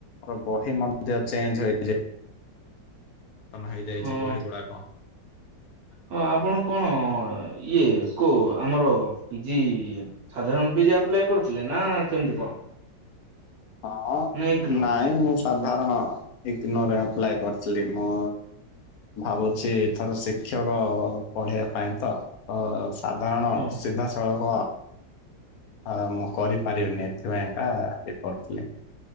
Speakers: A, on the left; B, on the right.
A: ମ ବହିି ମଧ୍ୟ ଚେଞ୍ଜ ହୋଇଯିବ। ତନ ହେଇଯାଇଚି
B: ହଁ
A: ବହି ଗୁଡାକ।
B: ହଁ ଆପଣ କଣ ଇଏ କଉ ଆମର ପିଜି ସାଧାରଣ କରିଥିଲେ ନା କେମତି କଣ?
A: ହଁ
B: ନା ଇଗ୍ନୋ
A: ନାଇଁ ମୁଁ ସାଧାରଣ ଇଗ୍ନୋ ରେ ଆପ୍ଲାଏ କରି ଚୁଲି ମୁଁ ଭାବୁଛି ଥର ଶିକ୍ଷକ ପଢ଼େଇବା ପାଇଁ ତ ସାଧାରଣ
B: ହଁ
A: ସିଧାସଳଖ ଆ କରିପାରିବିନି ଏଥିପାଇଁ ଏକ ଇଏ କରୁଥିଲି।